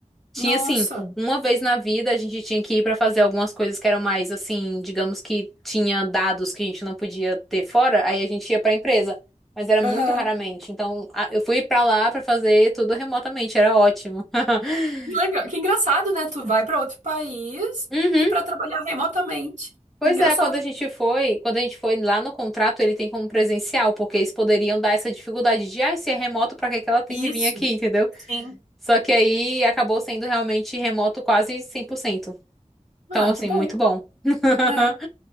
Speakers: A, in the centre; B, on the right.
A: Tinha
B: Nossa.
A: assim, uma vez na vida a gente tinha que ir pra fazer algumas coisas que eram mais assim, digamos que tinha dados que a gente não podia ter fora, aí a gente ia pra empresa, mas era muito
B: Aham.
A: raramente. Então, a- eu fui pra lá pra fazer tudo remotamente, era ótimo. <laughs>
B: Que legal. Que engraçado, né? Tu vai para outro país
A: Uhum.
B: e para trabalhar remotamente.
A: Pois
B: Engraçado.
A: é, quando a gente foi, quando a gente foi lá no contrato, ele tem como presencial, porque eles poderiam dar essa dificuldade de, ah, se é remoto, pra que que ela tem
B: Isso,
A: que vir aqui, entendeu?
B: sim.
A: Só que aí acabou sendo realmente remoto quase cem por cento Então,
B: Ah,
A: assim,
B: que bom.
A: muito bom. <laughs>
B: É.